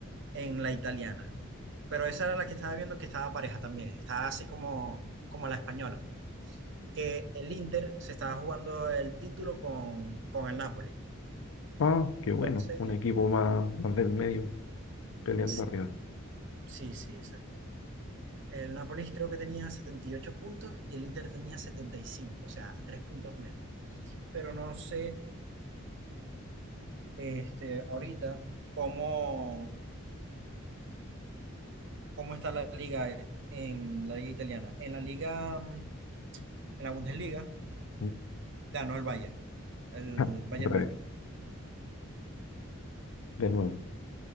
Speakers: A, on the right; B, on the left.
A: en la italiana. Pero esa era la que estaba viendo que estaba pareja también. Estaba así como, como la española. Que el Inter se estaba jugando el título con, con el Napoli.
B: Ah, qué bueno,
A: Entonces,
B: un equipo más, más del medio peleando
A: sí,
B: arriba.
A: sí, sí, exacto. El Nápoles creo que tenía 78 puntos y el Inter tenía 75, o sea, 3 puntos menos. Pero no sé este, ahorita cómo, cómo está la liga en la liga italiana. En la liga, mm, en la Bundesliga,
B: Mm.
A: ganó el Bayern, el
B: Ja,
A: Bayern
B: Otra
A: Múnich.
B: vez, de nuevo.